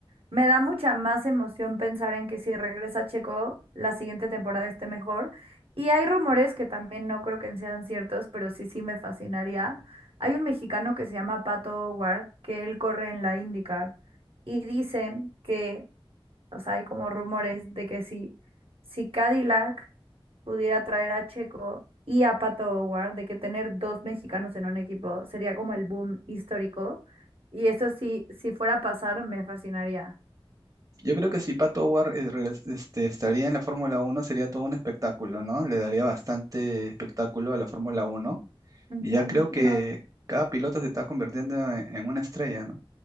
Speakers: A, on the right; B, on the right.
A: Me da mucha más emoción pensar en que si regresa Checo, la siguiente temporada esté mejor. Y hay rumores que también no creo que sean ciertos, pero sí, sí me fascinaría. Hay un mexicano que se llama Pato Ward, que él corre en la IndyCar, y dicen que o sea, hay como rumores de que si, si Cadillac pudiera traer a Checo y a Pato O'Ward, de que tener dos mexicanos en un equipo sería como el boom histórico. Y eso sí, si fuera a pasar, me fascinaría.
B: Yo creo que si Pato Howard eh, regres- este, estaría en la Fórmula uno sería todo un espectáculo, ¿no? Le daría bastante espectáculo a la Fórmula uno.
A: Ujú.
B: Y ya creo
A: Bueno,
B: que cada piloto se está convirtiendo en, en una estrella, ¿no?